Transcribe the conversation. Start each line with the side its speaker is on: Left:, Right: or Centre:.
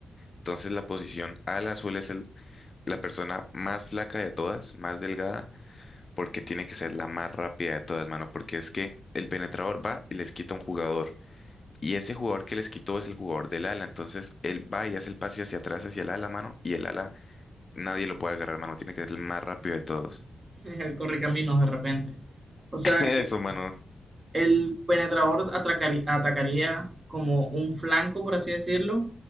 Left: Entonces la posición ala suele ser la persona más flaca de todas, más delgada, porque tiene que ser la más rápida de todas, mano, porque es que el penetrador va y les quita un jugador. Y ese jugador que les quitó es el jugador del ala. Entonces él va y hace el pase hacia atrás, hacia el ala, mano, y el ala Nadie lo puede agarrar, mano. Tiene que ser el más rápido de todos.
Right: <laughs> Él corre caminos de repente. O sea
Left: <laughs> Eso,
Right: que
Left: mano.
Right: el penetrador atracari- atacaría como un flanco, por así decirlo,